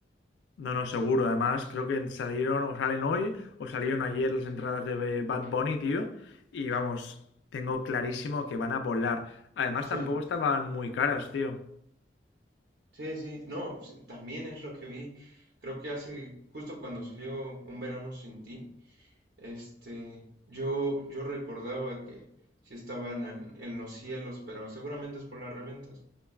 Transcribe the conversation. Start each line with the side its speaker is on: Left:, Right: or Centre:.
Left: No, no, seguro. Además, creo que salieron o salen hoy o salieron ayer las entradas de Bad Bunny, tío. Y vamos, tengo clarísimo que van a volar. Además,
Right: Sí,
Left: tampoco estaban muy caras, tío.
Right: sí, sí, no, sí, también es lo que vi. Creo que hace, justo cuando salió Un Verano Sin Ti, Este, yo, yo recordaba que sí estaban en, en los cielos, pero seguramente es por las reventas.